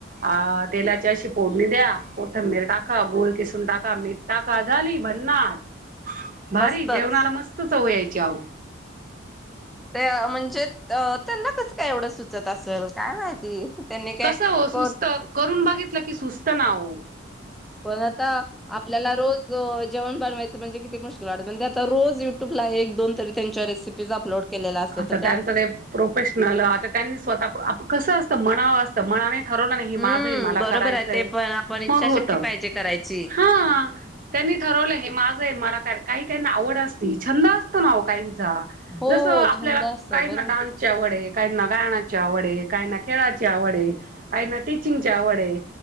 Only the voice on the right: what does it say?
आ तेलाची अशी फोडणी द्या. मोठं मीठ टाका गोल किसून टाका मीठ टाका झाली भन्नाट. भारी
जेवणाला मस्त चव याय <unintelligible>
कसं हो
सुस्त करून बघितलं की सुस्त ना ओ
आता
त्यांचं ते प्रोफेशनल आता त्यांनी स्वतः आप कस आस मनावरं असतं मनाने ठरवलं नाही हे
माझं हे न मला
करायचंय,
मग होत.
हा त्यांनी ठरवलं हे माझं आहे मला करा काही काही ना आवड असती छंद असतो ना ओ काही चा
जस आ
आपल्याला
काही
ना डान्सची आवड आहे. काहींना गाण्याची आवड आहे, काहींना खेळाची आवड आहे, काहींना टीचिंगची आवड आहे